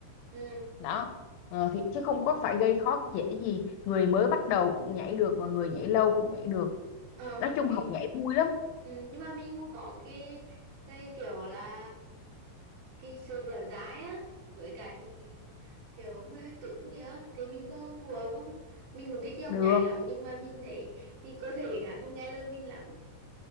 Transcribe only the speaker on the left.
đó ờ, thì chứ không có phải gây khó dễ gì người mới bắt đầu cũng nhảy được và người nhảy lâu cũng nhảy được
nói chung
học nhảy vui lắm
được